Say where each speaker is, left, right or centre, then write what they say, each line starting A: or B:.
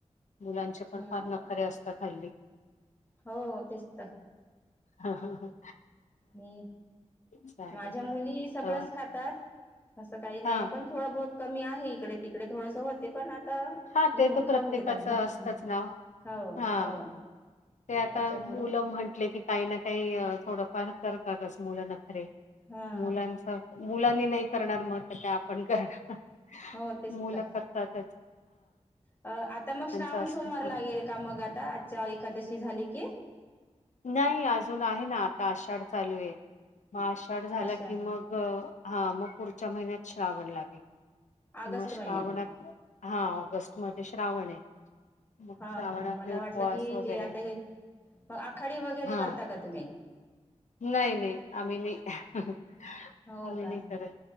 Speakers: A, on the left; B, on the left.
A: मुलांचे
B: हम्म
A: पण फार नक् खरे असतात हल्ली.
B: हो तेचं तर.
A: हा हा हा.
B: मी
A: चालेल
B: माझ्या मुली सगळचं
A: अ,
B: खातात असं काही नाही
A: हा
B: पण थोडं बहुत कमी आहे इकडे तिकडे थोडंसं होते पण त
A: हा
B: घेऊनं
A: ते तर प्रत्येकाचं
B: खाऊनं घेतात घ्या
A: असतंच
B: ह
A: नाव
B: हो
A: हा
B: हो.
A: ते आता
B: त्याच्यामुळे
A: मुल म्हंटले की काही ना काही थोडंफार करतातचं मुलं नखरे
B: हा
A: मुलाचं मुलांनी नाही करणार मग काय तर आपण करणार
B: हो तेच
A: मुलं
B: तर
A: करतातचं.
B: अ आता मग श्रावण
A: असत
B: सोमवार
A: सगळं.
B: लागेल का मग आता आजच्या एकादशी झाली की
A: नाही अजून आहे ना आता आषाढं चालू आहे मग आषाढं झाला
B: अशा
A: की मग हा मग पुढच्या महिन्यात श्रावण लागेल
B: ऑगस्ट
A: मग
B: महिन्यात
A: श्रावणात हा ऑगस्ट मध्ये श्रावण आहे. मग
B: हा
A: श्रावणातले
B: हा मला
A: उपवास
B: वाटलं की
A: वगैरे
B: जे आता हे मग आखाडी वगैरे
A: हा
B: करता का तुम्ही?
A: नाही नाही आम्ही नाही.
B: हो
A: आम्ही
B: का..
A: नाही करत.